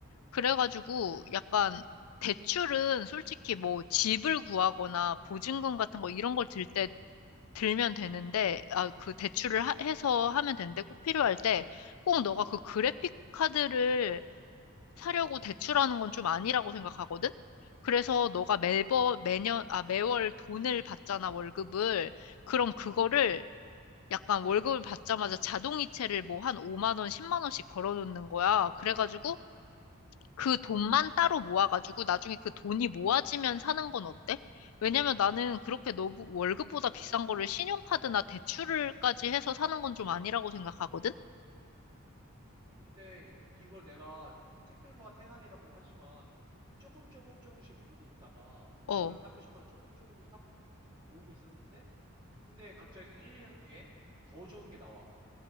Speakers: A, on the left (about 80°); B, on the right (about 20°).
A: 그래가지고 약간 대출은 솔직히 뭐 집을 구하거나 보증금 같은 거 이런 걸 들 때 들면 되는데, 아, 그 대출을 하- 해서 하면 되는데 꼭 필요할 때 꼭 너가 그 그래픽 카드를 사려고 대출하는 건 좀 아니라고 생각하거든? 그래서 너가 매번, 매년, 아, 매월 돈을 받잖아, 월급을. 그럼 그거를 약간 월급을 받자마자 자동이체를 뭐 한 5만 원, 10만 원씩 걸어놓는 거야. 그래가지고 그 돈만 따로 모아가지고 나중에 그 돈이 모아지면 사는 건 어때? 왜냐면 나는 그렇게 너무 월급보다 비싼 거를 신용카드나 대출을까지 해서 사는 건 좀 아니라고 생각하거든?
B: 근데 이걸 내가 티끌모아 태산이라고는 하지만 조금 조금 조금씩 모으고 있다가
A: 어.
B: 이걸 사고 싶어서 조금 조금씩 사고 모으고 있었는데 근데 갑자기 1, 2년 뒤에 더 좋은 게 나와.